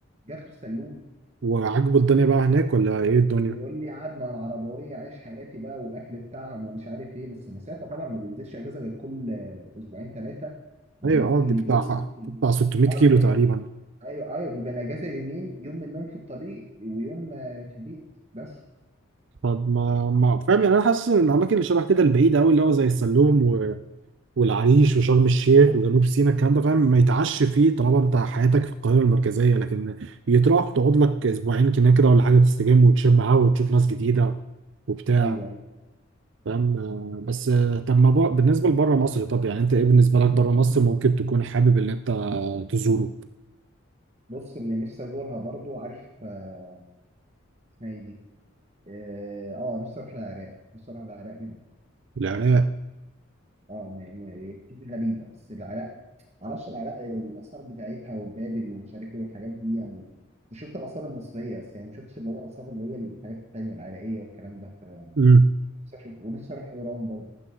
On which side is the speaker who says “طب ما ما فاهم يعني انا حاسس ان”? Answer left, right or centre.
Right